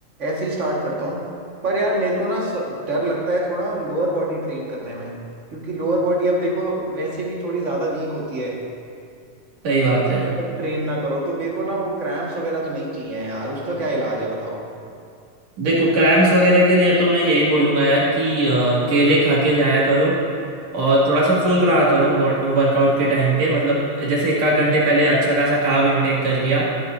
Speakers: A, on the right; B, on the right.
A: ऐसे ही स्टार्ट करता हूँ पर यार मेरे को ना स- डर लगता है थोड़ा लोअर बॉडी ट्रेन करने में क्योंकि लोअर बॉडी अब देखो वैसे भी थोड़ी ज़्यादा वीक होती है
B: सही बात है
A: जब तक ट्रेन ना करो तो मेरे को ना वो क्रैम्प्स वगैरह तो नहीं चाहिए हैं यार उसका क्या इलाज है बताओ
B: देखो क्रैम्स वगैरह के लिए तो मैं यही बोलूंगा यार कि अ, केले खा के जाया करो और थोड़ा सा फुल रहा करो वर्कआउट के टाइम पे मतलब जैसे एक आध घंटे पहले अच्छा खासा कार्ब इनटेक कर लिया